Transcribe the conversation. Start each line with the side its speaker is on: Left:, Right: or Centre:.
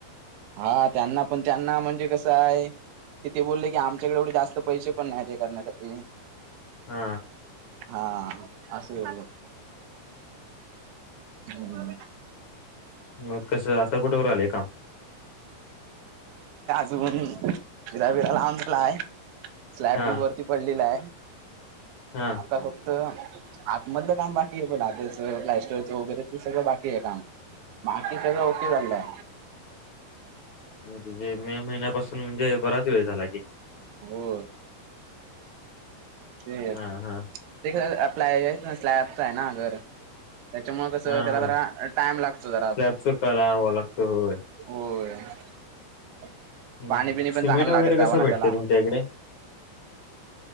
Right: हा त्यांना पण त्यांना म्हणजे कस, आहे कि ते बोलले की, आमच्याकडे एवढे जास्त पैसे पण नाही ते करण्यासाठी,
Left: हा
Right: हा असं हम्
Left: मग कसं आता कुठेवर आलेय काम
Right: ून फिराबिरा लावूनला आहे स्लॅब
Left: हा
Right: बी वरती पडलेला आहे
Left: हा
Right: आता आतमधलं काम बाकी आहे बोला आताच प्लॅस्टरचं वगैरे ते सगळं बाकी आहे काम बाकी सगळं ओके चालंय
Left: म्हणज जे मे महिन्यापासून म्हणजे बराच वेळ झाला की
Right: हो ते
Left: हा हा
Right: ते आपलाय स्लॅबच आहे ना अगर त्याच्यामुळे कस
Left: हा
Right: त्याला
Left: हा
Right: जरा टाइम लागतो जरा
Left: स्लॅबच काला हवा लागतो होय
Right: होय <inaudible>
Left: हं,
Right: पाणीपिणी
Left: हं. सिमेंट
Right: पण चांगला
Left: वगैरे
Right: लागतवण
Left: कसं भेटते
Right: त्याला
Left: तुमच्या इकडे